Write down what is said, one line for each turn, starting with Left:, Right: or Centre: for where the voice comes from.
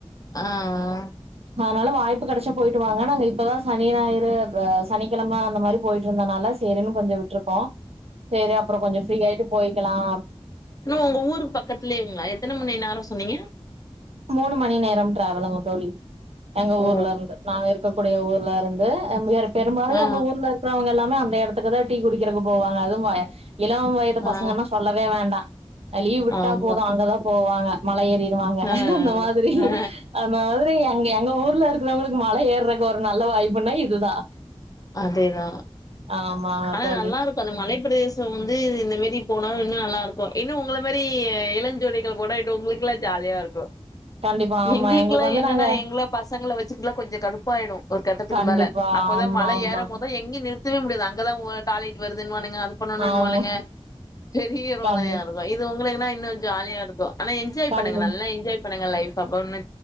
Left: ஆஹ்ஹ்
Right: அதனால வாய்ப்பு கிடைச்சா போயிட்டு வாங்க நாங்க இப்பதான் சனி ஞாயிறு சனிக்கிழமை அந்த மாதிரி போயிட்டு இருந்தனால சேரின்னு கொஞ்சம் விட்டுருக்கோம் சரி அப்புறம் கொஞ்சம் ஃப்ரீயிட்டு போயிக்கலாம்
Left: என்ன உங்க ஊருக்கு பக்கத்துலேங்கா எத்தனை மணி நேரம் சொன்னீங்க
Right: மூணு மணி நேரம் டிராவலுங்க தோழி எங்க
Left: ஓ
Right: ஊர்ல இருந்து நாங்க இருக்க கூடிய ஊர்ல இருந்து <unintelligible> பெரும்பாலும்
Left: ஆ
Right: எங்க ஊர்ல இருக்கிறவங்க எல்லாமே அந்த இடம் த்துக்குான் டீ குடிக்கிறதுக்கு போவாங்க அதுவும் வய இளம் வயது
Left: ஆ
Right: பசங்கன்னா சொல்லவே வேண்டாம் லீவ் விட்டா
Left: ஆமா
Right: போதும் அங்கதான் போவாங்க மலை ஏறிருவா
Left: ஆ
Right: அந்த மாதிரி
Left: ஆ
Right: அந்த மாதிரி அங்க எங்க ஊர்ல இருக்கு இருவங்களுக்கு மழை ஏறுறாது ஒரு நல்ல வாய்ப்புனா இதுதான்
Left: அதேதான்
Right: ஆமாங்க
Left: ஆனா
Right: தோழி
Left: நல்லா இருக்கும் அந்தமழை பிரதேசம் வந்து இந்த மாரி போனா இன்னும் நல்லா இருக்கும் இன்னும் உங்கள மாரி இளஞ்சோடிகள் போனா உங்களுக்கு எல்லாம் ஜாலியா இருக்கும்
Right: கண்டிப்பா ஆமா
Left: எங்களுக்குல்லாம்
Right: எங்களுக்கு வந்து
Left: என்னன்னா
Right: நாங்க
Left: எங்க பசங்களை வச்சுக்கலாம் கொஞ்சம் கடுப்பாயிடும் ஒரு கட்டத்துக்கு
Right: கண்டிப்பா
Left: மேல அப்போதான்
Right: ஆமா
Left: மல
Right: ஆமா
Left: ஏற மோதா எங்கே நிறுத் வேடியாது அங்கதான் டாய்லெட் வருதுன்னு அது பண்ணும்ங்க
Right: ஆமா
Left: இன்னுவாலுங்க பெரிய ரோதனையா
Right: கண்டி
Left: இருக்கும் இது உங்களுக்கு இன்னும் ஜாலியா இருக்கும் ஆனா என்ஜாய்
Right: கண்டி
Left: பண்ணுங்க நல்ல என்ஜாய் பண்ணுங்க லைப் சபோனு